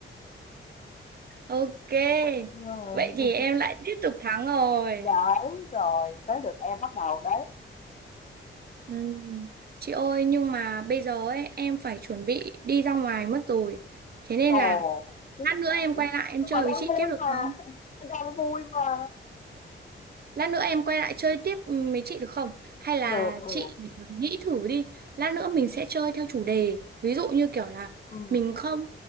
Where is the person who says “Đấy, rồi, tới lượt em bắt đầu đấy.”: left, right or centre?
Left